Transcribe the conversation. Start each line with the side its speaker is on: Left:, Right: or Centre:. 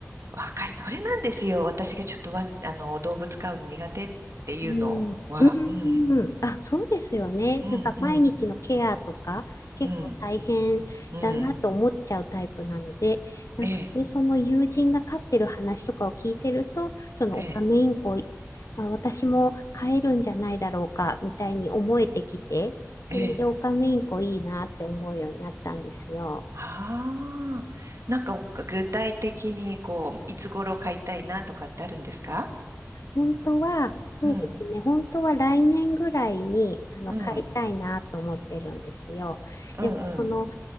Right: わかり、それなんですよ。私がちょっとワン、あの、動物飼うの苦手っていうのは。
Left: うん、うん、
Right: うん。
Left: あ、そうですよね。
Right: うん。
Left: なんか毎日のケアとか結構大変だなと思っちゃうタイプなので、
Right: うん。うん。うん。
Left: なんかね、
Right: ええ。
Left: その友人が飼ってる話とかを聞いてると、そのオカメインコ、
Right: ええ。
Left: まあ、私も飼えるんじゃないだろうかみたいに思えてきて、
Right: ええ。
Left: それでオカメインコいいなって思うようになったんですよ。
Right: はあ。なんか具体的に、こう、いつ頃飼いたいなとかってあるんですか
Left: 本当は、そうですね、
Right: うん。
Left: 本当は来年ぐらいにあの買いたいなと思ってるんですよ。
Right: うん。
Left: でも、
Right: うん。
Left: その、
Right: うん。